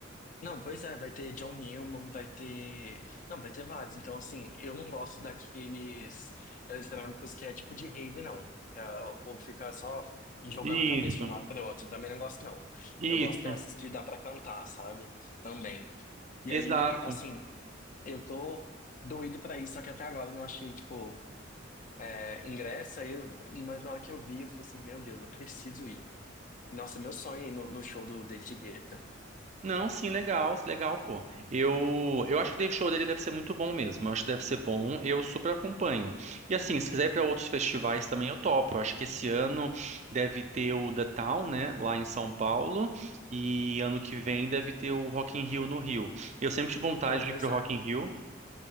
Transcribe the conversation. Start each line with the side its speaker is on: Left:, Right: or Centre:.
Left: Não, pois é, vai ter John Newman, vai ter. Não, vai ter vários. Então, assim, eu não gosto daqueles eletrônicos que é tipo de rave, não. É, o povo fica só jogando
Right: Isso,
Left: a cabeça de um lado para o outro. Também não gosto, não.
Right: isso,
Left: Eu gosto dessas que dá para cantar, sabe? Também. E
Right: exato.
Left: aí, assim, eu tô doido para ir, só que até agora eu não achei, tipo, é, ingresso. Aí eu- Mas na hora que eu vi, eu falei assim: meu Deus, eu preciso ir. Nossa, meu sonho é ir no, no show do David Guetta.
Right: Não, sim, legal, legal, pô. Eu, eu acho que o show dele deve ser muito bom mesmo. Eu acho que deve ser bom, eu super acompanho. E assim, se quiser ir para outros festivais também, eu topo. Eu acho que esse ano deve ter o The Town, né, lá em São Paulo, e ano que vem deve ter o Rock in Rio no Rio. Eu sempre tive vontade
Left: Não,
Right: de
Left: pois
Right: ir pro
Left: é.
Right: Rock in Rio.